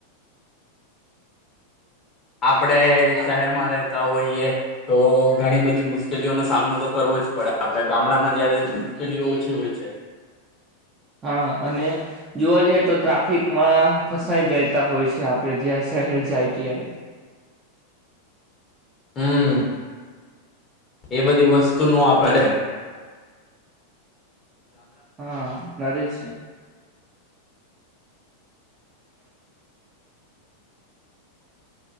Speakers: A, on the left (about 25°); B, on the right (about 20°).
A: આપડે શહેરમાં રહેતા હોઈએ તો ઘણી બધી મુશ્કેલીઓનો સામનો તો કરવો જ પડે આપડે ગામડામાં જયારે મુશ્કેલીઓ ઓછી હોય છે.
B: હા અને જોવા જઈએ તો ટ્રાફિક માં ફસાઈ જાયતા હોય છે આપડે જ્યાં શહેર જાયતીય.
A: હમ એ બધી વસ્તુનું આપણે
B: હા નડે છે.